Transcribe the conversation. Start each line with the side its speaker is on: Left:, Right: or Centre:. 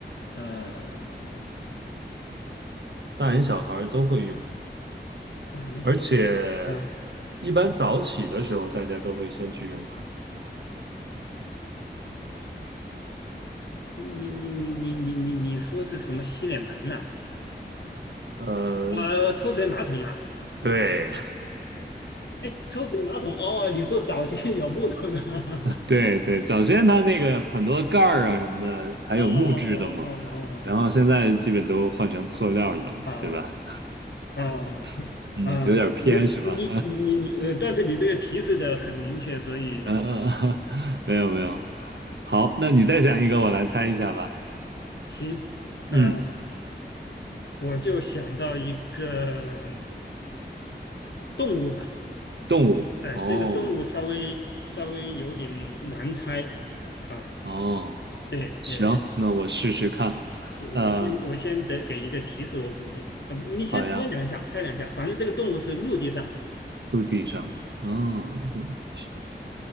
Left: 呃，
Right: 大人小孩儿都会用，
Left: 他还没想
Right: 而且
Left: 啊。
Right: 一般早起的时候大家都会先去用它。
Left: 你你你你你你你说是什么洗脸盆呐、
Right: 呃，
Left: 呃，抽水马桶啊？
Right: 对
Left: 哎，抽水马桶哦，你说早些有木头的？<laughs>
Right: <laughs> 对对，早先它那个很多盖儿啊什么的，还有木质的嘛，
Left: 哦哦哦
Right: 然后现在基本都换成塑料的了嘛，
Left: 哦哦哦
Right: 对吧？
Left: 哦哦哦！
Right: <laughs> 嗯，
Left: 啊，
Right: 有点偏是吧？
Left: 你你你你你，呃，但是你这个提示的很明确，所以
Right: <laughs> 嗯嗯嗯，<laughs> 没有没有。好，那你再讲一个，我来猜一下吧。
Left: 行，
Right: 嗯，
Left: 呃，我就想到一个动物吧，
Right: 动物。
Left: 呃，
Right: 哦
Left: 这个动物稍微稍微有点难猜啊，
Right: 哦，
Left: 对，
Right: 行，
Left: 呃，
Right: 那我试试看。
Left: 我先我先得给一个提示，
Right: 嗯、
Left: 我估计，呃，你先猜两下，
Right: 好呀。
Left: 猜两下，反正这个动物是陆地上的
Right: 陆地上啊，哦陆地上，